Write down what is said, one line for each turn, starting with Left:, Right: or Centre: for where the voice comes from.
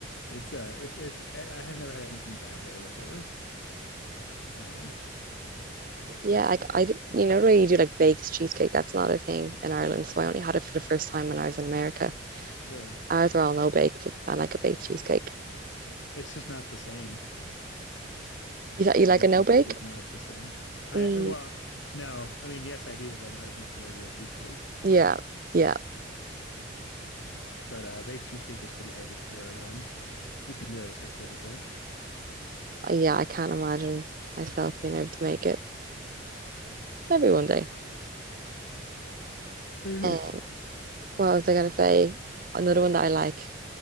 Left: It's uh it's it's I I have never had anything bad there before. Um,
Right: Yeah, like I, th- you know, when you do like baked cheesecake, that's not a thing in Ireland. So I only had it for the first time when I was in America.
Left: really.
Right: Ours are all no bake, but I like a baked cheesecake.
Left: It's just not the same.
Right: You thought
Left: A
Right: you like
Left: baked
Right: a no
Left: cheesecake
Right: bake?
Left: is not the same. I,
Right: Really?
Left: I well,
Right: Mm,
Left: no. I mean, yes, I do, but not as much as regular cheesecake.
Right: yeah, yeah,
Left: But uh baked cheesecake is pretty hard to prepare at home. You can do it, it's just difficult.
Right: Uh, yeah. I can't imagine myself being able to make it. Maybe one day.
Left: Maybe.
Right: Uh, what was I gonna say? Another one that I like